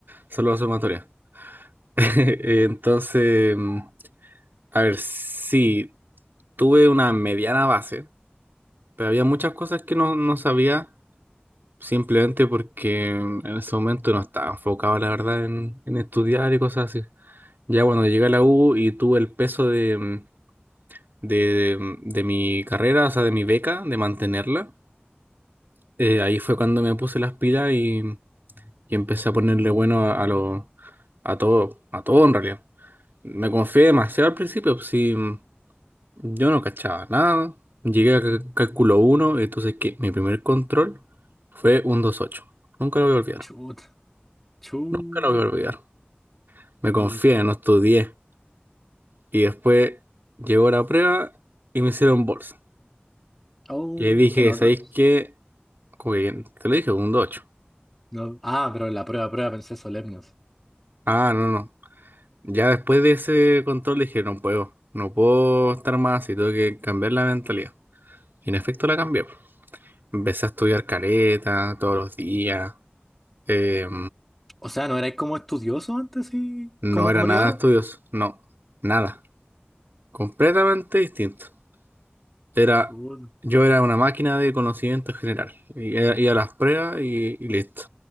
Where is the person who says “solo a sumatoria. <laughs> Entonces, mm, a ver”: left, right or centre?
Right